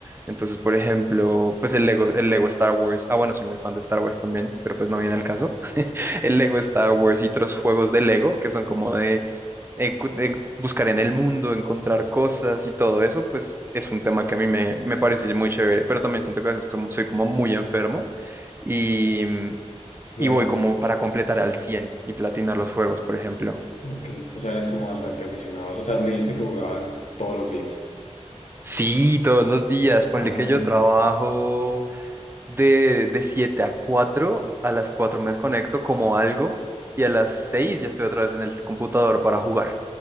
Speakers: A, on the right; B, on the left.
A: Entonces, por ejemplo, pues el Lego, el Lego Star Wars. Ah, bueno, soy muy fan de Star Wars también, pero pues no viene al caso. <laughs> El Lego Star Wars y otros juegos de Lego que son como de, encu- de buscar en el mundo, encontrar cosas y todo eso, pues es un tema que a mí me, me parece muy chévere, pero también siento que a veces como, soy como muy enfermo y,
B: sea,
A: y voy
B: eras,
A: como para completar al 100 y platinar los juegos, por ejemplo.
B: ok, o sea, eres como bastante aficionado. O sea, me dijiste que jugaban todos los días.
A: Sí, todos los días. Ponle
B: Ah.
A: que yo trabajo de, de 7 a cuatro, A las 4 me desconecto como algo. Y a las 6 ya estoy otra vez en el computador para jugar.